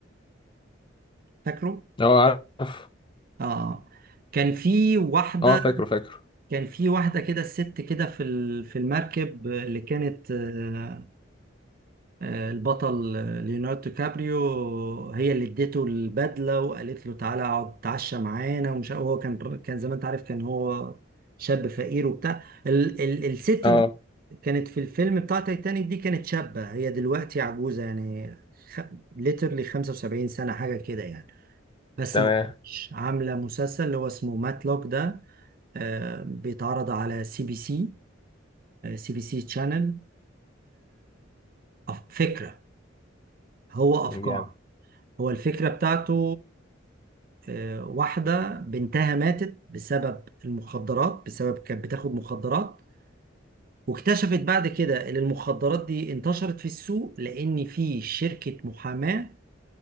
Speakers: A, on the right; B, on the left.
A: فاكره
B: اه عارف
A: اه كان في واحده
B: اه فاكره فاكره
A: كان في واحده كده الست كده في ال- في المركب اللي كانت آه، آه، البطل آه، ليوناردو كابريو هي اللي اديته البدله وقالت له تعالى اقعد تعشى معانا ومش عارف- هو كان كان زي ما انت عارف كان هو شاب فقير وبتاع ال ال الست
B: اه
A: دي كانت في الفيلم بتاع تايتانيك دي كانت شابه هي دلوقتي عجوزه يعني خ... ليترلي 75 سنه حاجه كده يعني بس
B: تمام
A: ما كنتش عامله مسلسل اللي هو اسمه ماتلوك ده آه، بيتعرض على سي بي سي سي بي سي تشانل فكره هو افكار
B: جامد
A: هو الفكرة بتاعته آه، واحدة بنتها ماتت بسبب المخدرات بسبب كانت بتاخد مخدرات واكتشفت بعد كده ان المخدرات دي انتشرت في السوق لان في شركة محاماة